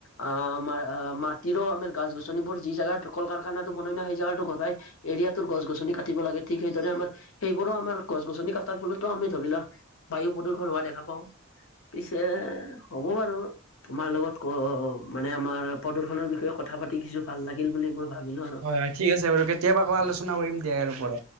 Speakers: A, on the left (about 70°); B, on the right (about 80°).
A: অ' আমাৰ মাটিৰো আমাৰ গছ গছনিবোৰ যি জাগাত কল কাৰখানাতো বনাই না সেই জেগাতো গোটেই এৰিয়াটোৰ গছ গছনি কাটিব লাগে, ঠিক সেইদৰে আমাৰ সেইবোৰো আমাৰ গছ গছনি কাটাৰ ফলতো আমি ধৰি লোৱা বায়ু প্ৰদূষণ হোৱা দেখা পাওঁ। পিছে হ'ব বাৰু, তোমাৰ লগত ক মানে আমাৰ প্ৰদূষনৰ বিষয়ে কথা পাতি কিছু ভাল লাগিল বুলি মই ভাবিলো আৰু
B: হয় হয় ঠিক আছে বাৰু কেতিয়াবা আকৌ আলোচনা কৰিম দিয়া ইয়াৰ ওপৰত